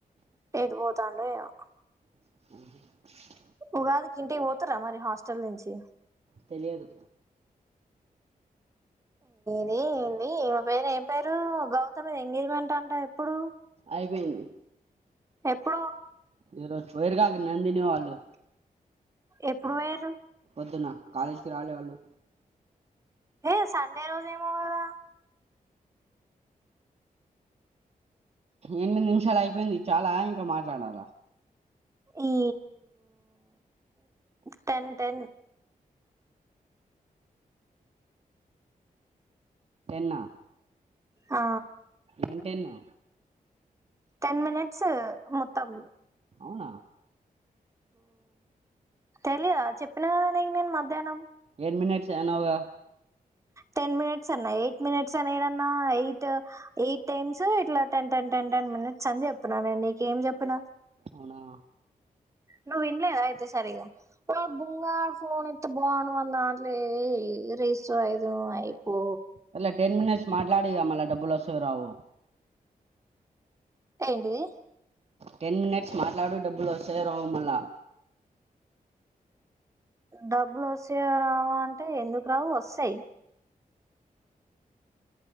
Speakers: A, on the right; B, on the right.
A: ఎటు పోతాండో ఏమో
B: ఉఓ
A: ఉగాది కి ఇంటికి పోతున్నారా మరి హాస్టల్ నుంచి
B: తెలియదు
A: ఈ ఈ పేరు ఏం పేరు గౌతమి ఎంగేజ్మెంట్ అంట ఎప్పుడు
B: అయిపోయింది
A: ఎప్పుడు
B: ఈ రోజు పోయిరు కా నందిని వాళ్ళు
A: ఎప్పుడు పోయేరు
B: పొద్దున్న కాలేజీకిి రాలే వాళ్ళు
A: ఏ సండే రోజు ఏమో కదా
B: ఎనిమిది నిమిషాలు అయిపోయింది చాలా ఇంకా మాట్లాడాలా
A: ఈ టెన్ టెన్
B: టెన్ ఆ
A: ఆ
B: ఏంటేన్న
A: టెన్ మినిట్స్ మొత్తం
B: అవునా
A: తెలిదా చెప్పిన కదనే నేను మధ్యాహ్నం
B: టా మిట్స్ అనవుగా
A: టెన్ మినిట్స్ అన్నా ఎయిట్ మినిట్స్ అని ఏదన్నా ఎయిట్ ఎయిట్ టైమ్స్ ఇట్లా టె టెన్ టెన్ మినిట్స్ అని చెప్తున్నా నేను నీకేం చెప్పిన
B: అవున
A: నువ్వు వినలేద అయితే సరిగా వా బుంగా ఫోన్ ఇంత బాగుండు దాంట్లే రిజిస్టర్ అయిదు అయిపో
B: అల టెన్ మినిట్స్ మాట్లాడిగా మల్ళ డబ్బులు వస్తావో రావో
A: ఏంటిది
B: టెన్ మినిట్స్ మాట్లాడు డబ్బులు వస్తేయో రావుమలా
A: డబ్బులు వస్తాయా రావో అంటే ఎందుకు రావు వస్తాయి